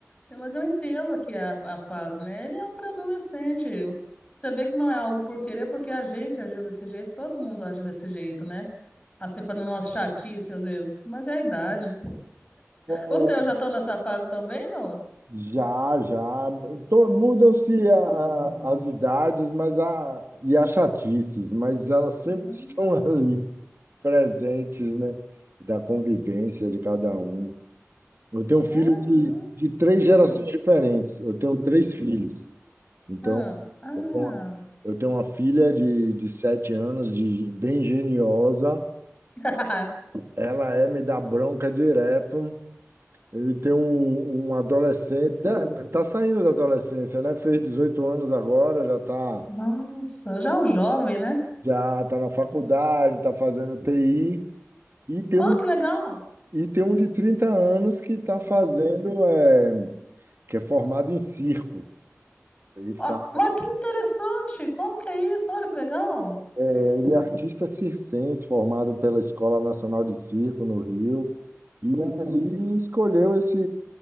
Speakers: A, on the left; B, on the right.
A: Mas eu entendo que é a, a fase, né? Ele é um pré-adolescente. eu- Você vê que não é algo por querer, porque a gente agiu desse jeito, todo mundo age desse jeito, né? Assim, fazendo umas chatice às vezes, mas é a idade.
B: É,
A: Os seus já estão nessa fase também, não?
B: já, já. To- Mudam-se a- a- as idades, mas a, e as chatices, mas elas sempre
A: Hum,
B: <laughs> estão ali, presentes, né? Da convivência de cada um. Eu tenho um filho
A: Ah,
B: de,
A: não.
B: de três gerações
A: Hum,
B: diferentes. Eu tenho três filhos. Então,
A: Ah, ah.
B: eu tenho uma eu tenho uma filha de, de sete anos, de, bem geniosa.
A: <laughs>
B: Ela é me dá bronca direto. Eu tenho um, um adolescente, está saindo da adolescência, né? Fez 18 anos agora, já está
A: nossa, já é um jovem, né?
B: já tá na faculdade, está fazendo TI. E tem
A: Olha
B: um,
A: que legal.
B: e tem um de 30 anos que está fazendo, é, que é formado em circo. Ele está
A: Ó, mas que interessante. Como que é isso? Olha que legal.
B: Ele é artista circense, formado pela Escola Nacional de Circo no Rio, e aí escolheu esse,